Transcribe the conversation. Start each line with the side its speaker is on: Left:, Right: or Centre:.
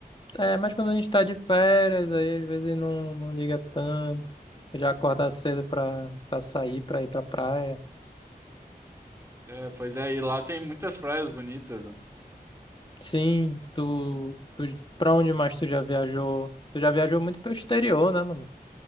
Left: É, mas quando a gente tá de férias, aí às vezes não, não liga tanto. Já acordar cedo pra, pra sair, pra ir pra praia.
Right: É, pois é, e lá tem muitas praias bonitas, né?
Left: Sim, tu, tu. Pra onde mais tu já viajou? Tu já viajou muito pro exterior, né, mano?